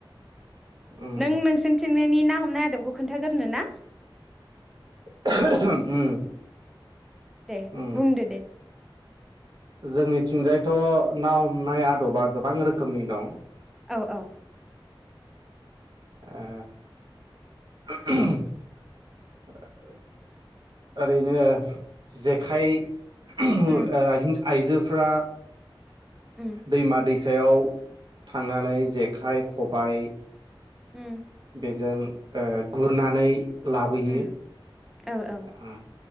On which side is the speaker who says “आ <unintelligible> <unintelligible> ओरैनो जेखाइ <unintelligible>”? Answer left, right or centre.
Right